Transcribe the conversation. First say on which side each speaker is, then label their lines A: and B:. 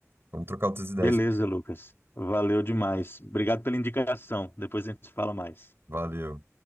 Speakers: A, on the right; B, on the left.
A: Vamos trocar outras ideias.
B: Beleza, Lucas. Valeu demais. Obrigado pela indicação. Depois a gente fala mais.
A: Valeu.